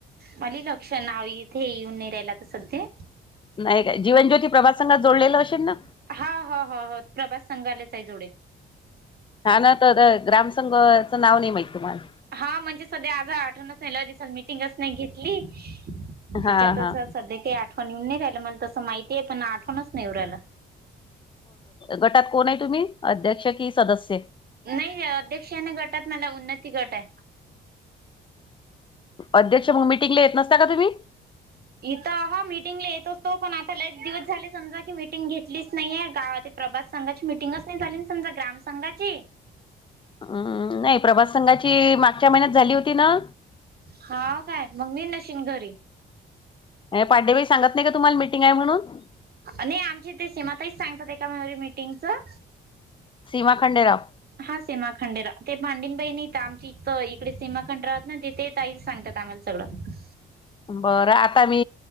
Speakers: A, on the right; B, on the left.
A: मले लक्ष नाव इथे, येऊन नई राहियला तर सध्ये.
B: नई काय? जीवनज्योती, प्रभात संघात जोडलेलं असेल ना.
A: हा. हो. हो हो.. प्रभात संघालेच हाय जोडेल.
B: हा. ना. तर ग्रामसंघाचं नाव नई माहित तुम्हाला.
A: हा. म्हणजे सध्या आज आठवणच, नई लई दिसात मिटिंगच नई घेतली तिच्यातच.
B: हा हा
A: सध्या काही आठवण येऊन नई राहिलं. मला तस माहितीये. पण, आठवणच नई येऊ राहिलं.
B: गटात कोण? आहे तुम्ही. अध्यक्ष? की सदस्य?
A: नई दीक्षाने गटात, मला उन्नती गट आहे.
B: अध्यक्ष मग मिटिंगले येत नसता का तुम्ही?
A: इथं हा मीटिंगले येत असतो, पण आता लई दिवस झाले समजा की मीटिंग घेतलीच नईये गावात प्रभात संघाची मिटिंगच, नई झाली समजा ग्राम संंघाची.
B: हम्म हम्म, नई प्रभात संघाची मागच्या महिन्यात झाली होती ना?
A: हाव काय? मग, मी नशीन घरी.
B: ये पांडेबाई सांगत नई का? तुम्हाले मिीटिंग हाय म्हणून.
A: नई आमची इथे, सीमाताईच सांगतात. एका <unintelligible> मीटिंगचं.
B: सीमा खंडेराव.
A: हा सीमा खंडेराव, ते पांडेन बाई नई आमची इथं इकडे सीमा खंडेरावयेत ना ते तेच. ताईच सांगत्यात आम्हाला सगळं.
B: बरं. आता मी